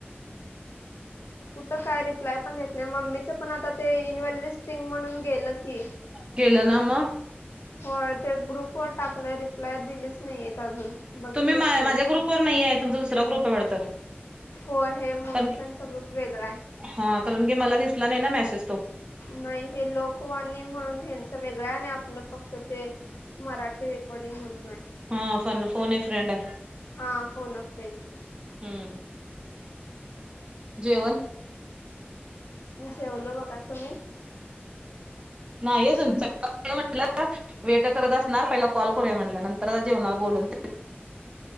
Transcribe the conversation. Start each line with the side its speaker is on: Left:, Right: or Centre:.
Left: कुठ काय रिप्लाय पण देत नाही. मम्मीच पण आता ते इन्व्हॉलिड स्टिंग म्हणून गेलं की
Right: गे लं ना मगं
Left: होय ते ग्रुपवर टाकलं रिप्लाय दिलीच नाहीयेत अजून बघितलेच
Right: तुम्ही मा
Left: नाही.
Right: माझ्या ग्रुपवर नाहिये. तुमचा दुसरा ग्रुप हाय वाटत
Left: होय हे मम्मी
Right: कारण
Left: त्यांचा ग्रुप वेगळा आहे.
Right: हा कारण की मला दिसला नाही ना मेसेज तो
Left: नाही हे लोकवाणी म्हणून ह्यांचा वेगळा आनी आपलं फक्त ते मराठी रेकॉर्डिंग म्हणू
Right: हा फन फोन अ फ्रंड आहे
Left: हा, फोन अ फ्रेंड
Right: हम्म जेवण
Left: जेवलो बघा आता मी
Right: नाही अजून <unintelligible> वेट करत अस असणार पहिला कॉल करूया म्हणलं नंतर आ जेवणार बोलून